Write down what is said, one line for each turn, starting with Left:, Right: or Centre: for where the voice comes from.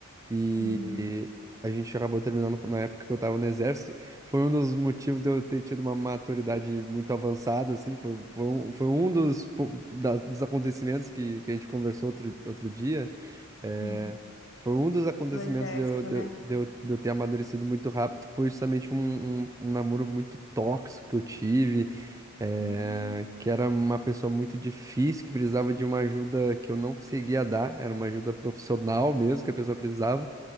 Right: E
Left: Uhum,
Right: a gente acabou terminando na época que eu tava no exército. Foi um dos motivos de eu ter tido uma maturidade muito avançada, assim. Foi, foi, um, foi um dos, po- da- dos acontecimentos que, que a gente conversou outro, outro dia. É,
Left: sim,
Right: foi um dos acontecimentos
Left: do exército,
Right: de eu, de,
Left: né?
Right: eu, de eu de eu ter amadurecido muito rápido. Foi justamente um, um, um namoro muito tóxico que eu tive, é,
Left: Hum.
Right: que era uma pessoa muito difícil, que precisava de uma ajuda que eu não conseguia dar. Era uma ajuda profissional mesmo que a pessoa precisava.